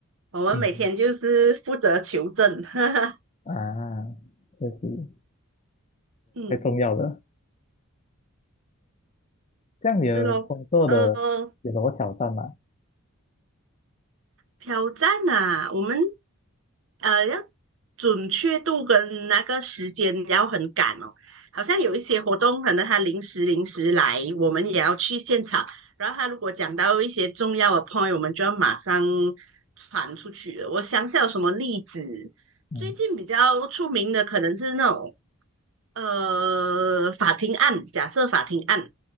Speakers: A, on the right (about 60°); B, on the left (about 30°).
A: 我们每天就是负责求证，
B: 嗯，
A: <laughs> 哈哈，
B: 啊，确实
A: 嗯，
B: 太重要了。这样你的工作的有什么挑战吗？
A: 是咯，呃，挑战啊，我们呃要准确度跟那个时间要很赶哦，好像有一些活动可能他临时临时来，我们也要去现场，然后他如果讲到一些重要的 point，我们就要马上传出去了我想想有什么例子，
B: 嗯
A: 最近比较出名的可能是那种。呃，法庭案，假设法庭案，